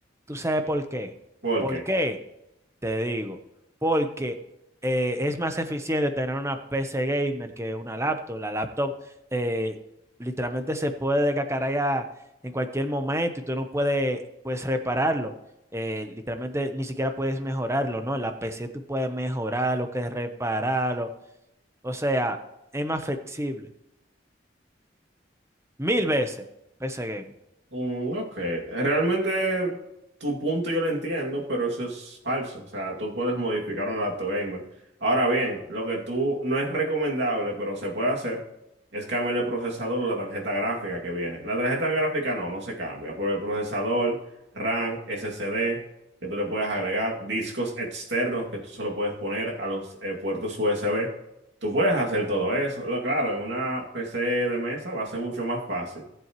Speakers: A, on the right (about 15°); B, on the right (about 75°).
A: ¿Tú sabes por qué?
B: ¿Por
A: ¿Por
B: qué?
A: qué? Te digo, porque eh, es más eficiente tener una PC gamer que una laptop. La laptop eh, literalmente se puede descacarayar en cualquier momento y tú no puedes pues repararlo. Eh, literalmente ni siquiera puedes mejorarlo, ¿no? La PC tú puedes mejorarlo, que repararlo. O sea, es más flexible. Mil veces PC gamer.
B: Mm, ok, realmente tu punto yo lo entiendo, pero eso es falso. O sea, tú puedes modificar un laptop gamer. Ahora bien, lo que tú no es recomendable, pero se puede hacer, es cambiar el procesador o la tarjeta gráfica que viene. La tarjeta gráfica no, no se cambia, por el procesador, RAM, SSD, que tú le puedes agregar, discos externos que tú solo puedes poner a los eh, puertos USB. Tú puedes hacer todo eso. Lo claro, en una PC de mesa va a ser mucho más fácil.